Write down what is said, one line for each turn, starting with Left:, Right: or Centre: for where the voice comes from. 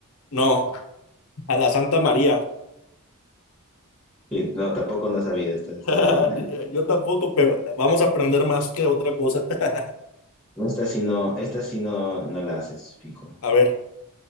Left: No, a la Santa María.
Centre: Sí, No, tampoco no sabía, esta- estaba
Left: <laughs>
Centre: adivinando.
Left: Yo tampoco, pero vamos a aprender más que otra cosa. <laughs>
Centre: No, Esta sí no, esta sí no, no la haces, fijo.
Left: A ver,